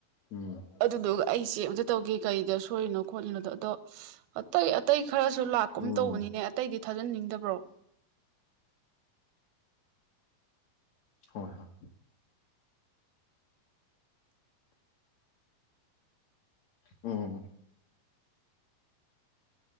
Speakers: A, on the left; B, on the right.
A: ꯎꯝ
B: ꯑꯗꯨꯗꯨ ꯑꯩꯁꯦ ꯑ ꯑꯃꯇ ꯇꯧꯒꯦ ꯀꯩꯗ ꯁꯣꯏꯔꯤꯅꯣ ꯈꯣꯠꯂꯤꯅꯣꯗꯣ ꯑꯗꯣ ꯑꯇꯩ ꯑꯇꯩ ꯈꯔꯁꯨ ꯂꯥꯛꯀꯨꯝ
A: ꯎꯝ
B: ꯇꯧꯕꯅꯤꯅꯦ ꯑꯇꯩꯗꯤ ꯊꯥꯖꯟꯅꯤꯡꯗꯕ꯭ꯔꯣ
A: ꯍꯣꯏ ꯍꯣꯏ ꯑꯣ